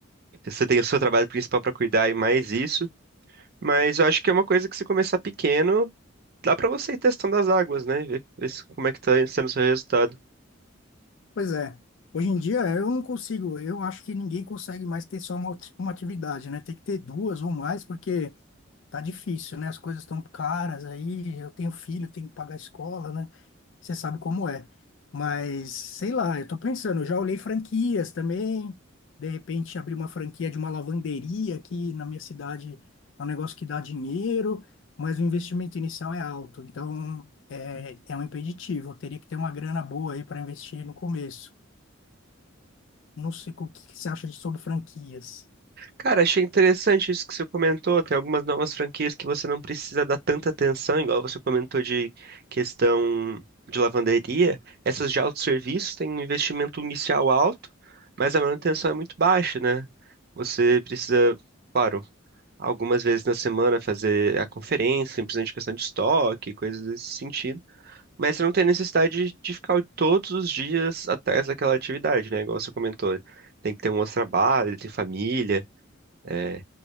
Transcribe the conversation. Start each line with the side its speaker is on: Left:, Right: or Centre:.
Right: você tem o seu trabalho principal para cuidar e mais isso. Mas eu acho que é uma coisa que se começar pequeno, dá para você ir testando as águas, né? Ver, ver se- como é que tá sendo o seu resultado.
Left: Pois é. Hoje em dia eu não consigo, eu acho que ninguém consegue mais ter só uma, ati- uma atividade, né? Tem que ter duas ou mais, porque Tá difícil, né? As coisas estão caras aí. Eu tenho filho, tenho que pagar a escola, né? Você sabe como é. Mas, sei lá, eu tô pensando, eu já olhei franquias também. De repente, abrir uma franquia de uma lavanderia aqui na minha cidade é um negócio que dá dinheiro, mas o investimento inicial é alto. Então, é, é um impeditivo. Eu teria que ter uma grana boa aí para investir no começo. Não sei o que que você acha de- sobre franquias.
Right: Cara, achei interessante isso que você comentou. Tem algumas novas franquias que você não precisa dar tanta atenção, igual você comentou de questão de lavanderia. Essas de autosserviço têm um investimento inicial alto, mas a manutenção é muito baixa, né? Você precisa, claro, algumas vezes na semana fazer a conferência, simplesmente questão de estoque, coisas desse sentido. Mas você não tem necessidade de ficar todos os dias atrás daquela atividade, né? Igual você comentou. Tem que ter um outro trabalho, tem família. é,